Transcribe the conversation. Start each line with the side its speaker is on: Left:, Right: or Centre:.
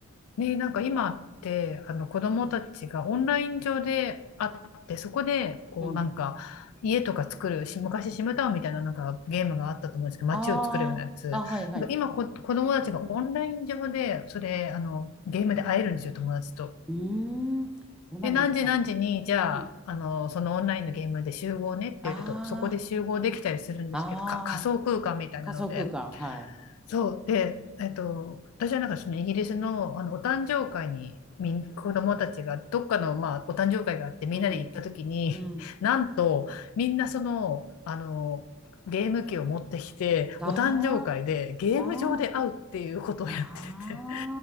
Left: ね、なんか今って、あの子供たちがオンライン上で会って、そこで、こうなんか、
Centre: うん。
Left: 家とか作る、し昔シムタウンみたいななんかゲームがあったと思うんですけど、街を作るようなやつ。
Centre: ああ、あ、はいはい。
Left: なんか今こ、子供たちがオンライン上で、それ、あの、ゲームで会えるんですよ、友達と。
Centre: うーん、そうなんですか。
Left: で、何時何時に、じゃあ、
Centre: うん。
Left: あの、そのオンラインのゲームで集合ねって言うと、
Centre: あ
Left: そこで集合できたりするんですけど、
Centre: あ、
Left: か、仮想空間みたいなので。
Centre: ああ、仮想空間、はい。
Left: そう。で、えっと、私はなんかそのイギリスの、あのお誕生会にみん、子供たちがどっかの、まあ、お誕生会があってみんなで行った時に、
Centre: うん、うん。
Left: <laughs> なんとみんなその、あの、ゲーム機を持ってきて、
Centre: あ
Left: お誕生会でゲーム上で会うっていうことをやってて、
Centre: あ、ああ、あ